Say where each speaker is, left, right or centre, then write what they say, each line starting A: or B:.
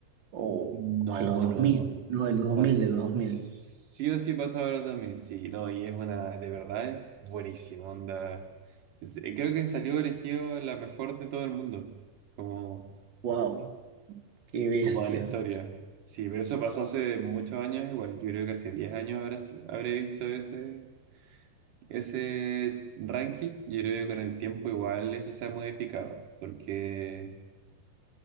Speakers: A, on the right; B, on the right.
A: O,
B: no,
A: o los dos
B: no,
A: mil
B: no.
A: no, de los dos
B: Pas-
A: mil de los dos
B: sí
A: mil
B: o sí pasa ahora también. Sí, no, y es una, de verdad es buenísimo, onda. Es- eh, Creo que salió elegido la mejor de todo el mundo. Como.
A: ¡Wow! ¡Qué bestia!
B: como da la historia. Sí, pero eso pasó hace muchos años igual. Yo creo que hace 10 años habrás, habré visto ese, ese ranking. Yo creo que con el tiempo igual eso se ha modificado, porque